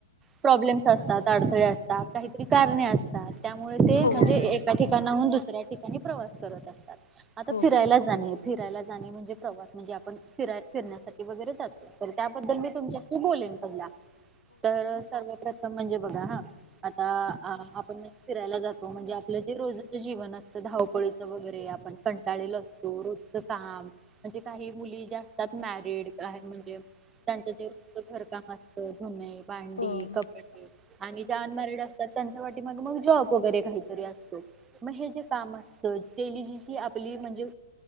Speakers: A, on the right; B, on the left.
A: प्रॉब्लेम्स असतात अडथळे असतात काहीतरी कारणे असतात त्यामुळे ते
B: हो
A: म्हणजे
B: हा
A: एका ठिकाणाहून दुसऱ्या ठिकाणी प्रवास करत असतात, आता
B: हो हो हो
A: फिरायला
B: हो
A: आणि फिरायला जाणे म्हणजे प्रवास म्हणजे आपण फिराय फिरण्यासाठी वगैरे जातो तर त्याबद्दल मी तुमच्याशी बोलेन पहिला तर.. सर्व प्रथम म्हणजे बघा हा आता आपण फिरायला जातो म्हणजे आपलं जे रोजच जीवन असतं धावपळीचं वगैरे आपण कंटाळेल असतो रोजच हा.. म्हणजे काही मुली ते असतात ना रीड म्हणजे त्यांच जे घरकाम असतं धुने बांडी
B: हो
A: कपडे आणि ज्या अनमॅरिड असतात त्यांच्यासाठी मग मग जॉब वगैरे काहीतरी अस मग हे जे काम असत तेलीजीची आपली म्हणजे